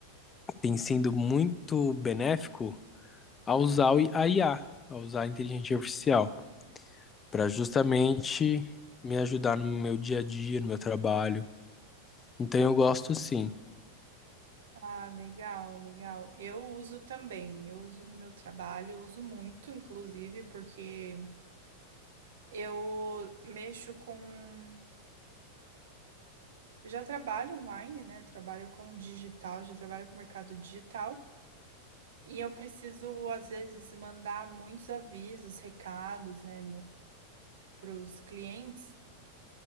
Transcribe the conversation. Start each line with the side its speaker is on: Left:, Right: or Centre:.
Left: tem sido muito benéfico a usar o I- a IA, a usar a inteligência artificial, para justamente me ajudar no meu dia a dia, no meu trabalho. Então, eu gosto sim.
Right: Ah, legal, legal. Eu uso também, eu uso no meu trabalho, eu uso muito, inclusive, porque eu mexo com Eu já trabalho online, né? Trabalho com digital, já trabalho com mercado digital. E eu preciso, às vezes, mandar muitos avisos, recados, né, para os clientes.